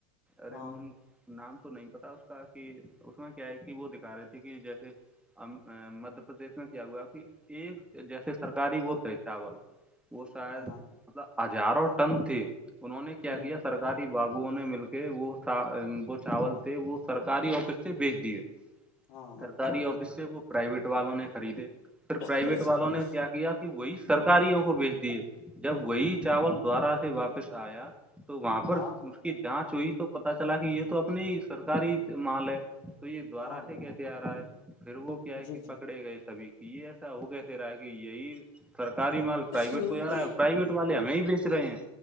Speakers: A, in the centre; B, on the left (about 60°).
A: ارے
B: ہاں
A: ملک نام تو نہیں پتا اس کا کہ اس میں کیا ہے کہ وہ رہی تھے کہ جیسے مدہ پردیش میں کیا ہوا کہ ایک جیسے ترکاری بولتے ہے چاول وہ شاید
B: ہاں ہاں
A: مطلب ہزاروں ٹن تھی انہوں نے کیا
B: ہ
A: کیا سرکاری بابوؤں نے مل کے وہ وہ چاول تھے وہ سرکاری آفس سے بھیج دیے
B: ہاں ہاں
A: سرتاری آفس سے وہ پرائیویٹ والوں نے خریدے پھر پرائیویٹ
B: کیا
A: والوں نے کیا کیا کہ وہی سرکاریوں کو بیچ دیے جب
B: ماما
A: وہی
B: ماما
A: چاول دوارا سے واپس آیا تو وہاں پر
B: ہاں
A: کی جانچ ہوئی تو پتا چلا کہ یہ تو اپنی سرکاری مال ہے تو یہ دوارا
B: ہاں
A: سے کہ آ رہا ہے پھر وہ کیا ہے
B: جی
A: کہ پکڑے گئے سبھی کی یہ ایسا ہوگسے رہا ہے کہ یہی سرکاری مال پرائیویٹ
B: جی
A: کو آ رہا ہے پرائیویٹ والے ہمیں ہی بیچ رہے ہیں